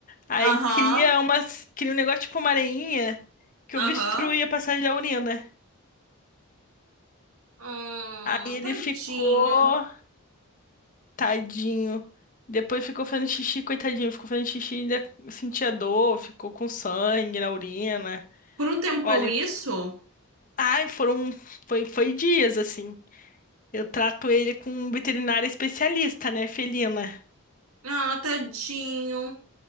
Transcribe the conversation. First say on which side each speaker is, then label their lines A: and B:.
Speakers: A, on the left (about 35°); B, on the right (about 70°).
A: Aí
B: aham,
A: cria umas, cria um negócio tipo uma areinha que
B: aham.
A: obstrui a passagem da urina.
B: Ah,
A: Aí ele
B: tadinho.
A: ficou. Tadinho. Depois ficou fazendo xixi, coitadinho. Ficou fazendo xixi e ainda sentia dor, ficou com sangue na urina.
B: Por um tempão
A: Olha,
B: isso?
A: ai, foram, foi, foi dias assim. Eu trato ele com um veterinário especialista, né, felina.
B: Ah, tadinho.